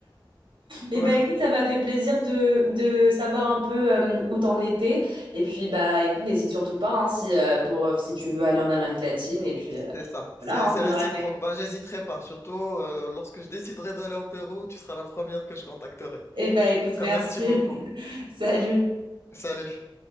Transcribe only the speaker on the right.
Eh
ben écoute, ça m'a fait plaisir de, de savoir un peu euh, où t'en étais. Et puis bah écoute, n'hésite surtout pas hein, si euh, pour euh, si tu veux aller en Amérique latine. Et puis euh,
voilà, hein,
je donnerai.
Eh ben
écoute,
merci.
<laughs> Salut.